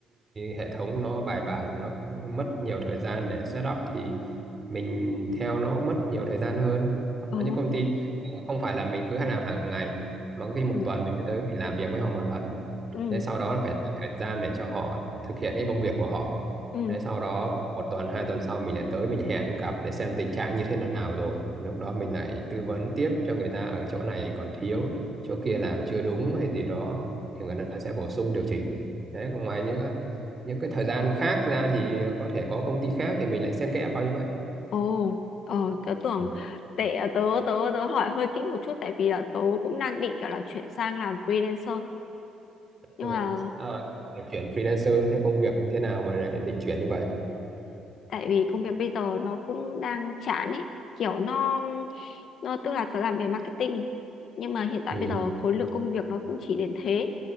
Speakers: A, on the right; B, on the left.
A: hệ thống nó bài bản nó cũng mất nhiều thời gian để set up thì mình theo nó mất nhiều thời gian hơn
B: Ờ.
A: có những công ty ờ, không phải là mình cứ làm hàng ngày mà có khi một
B: Ừ.
A: tuần mình mới tới mình làm việc với họ một lần
B: ừ
A: thế sau đó là phải dành thời gian để cho họ thực hiện cái công việc của họ
B: ừ
A: thế sau đó một tuần hai tuần sau mình lại tới mình hẹn gặp để xem tình trạng như thế nào rồi lúc đó mình lại tư vấn tiếp cho người ta ở chỗ này còn thiếu chỗ kia làm chưa đúng hay gì đó thì người ta sẽ bổ sung điều chỉnh đấy còn ngoài những những cái thời gian khác ra thì có thể có công ty khác thì mình lại xen kẽ vào như vậy
B: ồ ờ tớ tưởng
A: ừ.
B: tệ tớ tớ tớ hỏi hơi kỹ một chút tại vì là tớ cũng đang định kiểu là chuyển sang làm freelancer nhưng
A: Ôi
B: mà
A: dồi, sao lại chuyển freelancer thế công việc như thế nào mà lại định chuyển như vậy
B: tại vì công việc bây giờ nó cũng đang chán ấy kiểu nó nó tức là tớ làm về marketing nhưng mà hiện tại
A: ừ.
B: bây giờ khối lượng công việc nó cũng chỉ đến thế